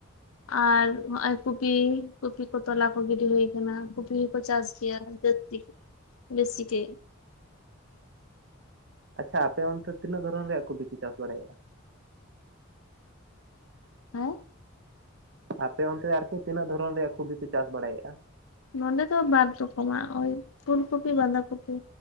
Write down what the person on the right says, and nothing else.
ᱟᱪᱪᱷᱟ ᱟᱯᱮ ᱚᱱᱛᱮ ᱛᱤᱱᱟᱹᱜ ᱫᱷᱚᱨᱚᱱ ᱨᱮᱭᱟᱜ ᱠᱚᱯᱤᱯᱮ ᱪᱟᱥ ᱵᱟᱲᱟᱭᱮᱜᱼᱟ᱾
ᱟᱯᱮ ᱚᱱᱛᱮ ᱟᱨᱠᱤ ᱛᱤᱱᱟᱹᱜ ᱫᱷᱚᱨᱚᱱ ᱨᱮᱭᱟᱜ ᱠᱚᱯᱤ ᱯᱮ ᱪᱟᱥ ᱵᱟᱲᱟᱭᱮᱜᱼᱟ᱾